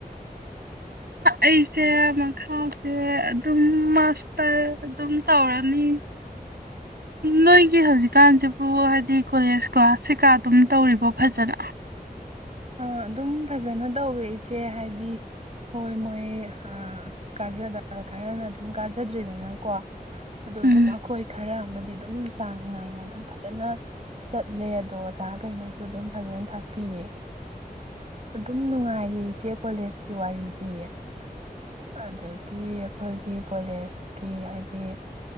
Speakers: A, on the right; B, on the right.
A: ꯑꯩꯁꯦ ꯃꯈꯥꯁꯦ ꯑꯗꯨꯝ ꯃꯥꯁꯇꯔ ꯑꯗꯨꯝ ꯇꯧꯔꯅꯤ ꯅꯣꯏꯒꯤ ꯍꯧꯖꯤꯛꯀꯥꯟꯁꯤꯕꯨ ꯍꯥꯏꯗꯤ ꯀꯣꯂꯦꯖ ꯀ꯭ꯂꯥꯁ ꯀꯩꯀꯥ ꯑꯗꯨꯝ ꯇꯧꯔꯤꯕꯣ ꯐꯖꯅ
B: ꯑ ꯑꯗꯨꯝ ꯐꯖꯅ ꯇꯧꯋꯦ ꯏꯆꯦ ꯍꯥꯏꯗꯤ ꯍꯣꯏ ꯃꯣꯏ ꯀꯥꯖꯗꯕ ꯈꯔꯅ ꯑꯗꯨꯝ ꯀꯥꯖꯗ꯭ꯔꯤꯗꯅꯀꯣ ꯑꯗꯣ
A: ꯎꯝ
B: ꯑꯗꯨꯝ ꯑꯩꯈꯣꯏ ꯈꯔ ꯑꯃꯗꯤ ꯑꯗꯨꯝ ꯆꯥꯡ ꯅꯥꯏꯅ ꯑꯗꯨꯝ ꯐꯖꯅ ꯆꯠꯂꯦ ꯑꯗꯣ ꯑꯣꯖꯥꯈꯩꯅꯁꯨ ꯑꯗꯨꯝ ꯐꯖꯅ ꯇꯥꯛꯄꯤꯌꯦ ꯑꯗꯨꯝ ꯅꯨꯡꯉꯥꯏꯌꯦ ꯏꯆꯦ ꯀꯣꯂꯦꯖꯀꯤ ꯋꯥꯔꯤꯗꯤ ꯑꯗꯒꯤ ꯑꯩꯈꯣꯏꯒꯤ ꯀꯣꯂꯦꯖꯀꯤ ꯍꯥꯏꯗꯤ